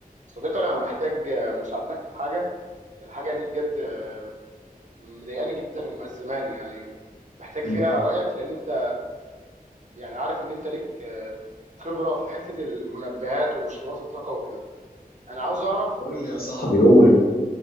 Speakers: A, on the right; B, on the left.
A: صديقي انا محتاج مساعدتك في حاجه الحاجه دي بجد مضايقاني جدا ومأزماني يعني محتاج
B: مم.
A: فيها رايك لان انت يعني عارف ان انت ليك آه، خبره في حته المنبهات ومشروبات الطاقه وكده انا عاوز اعرف
B: قول لي يا صاحبي بيقول